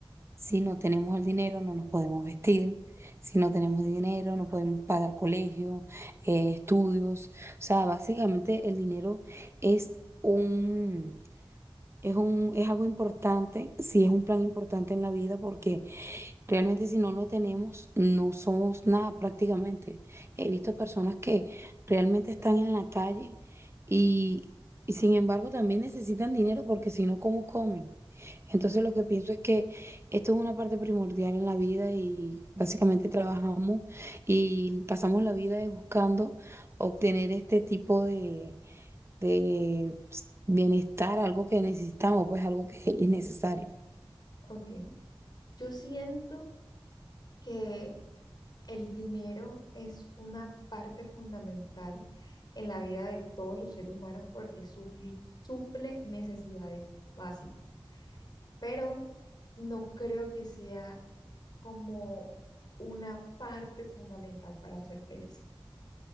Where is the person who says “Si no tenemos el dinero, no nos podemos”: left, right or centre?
Right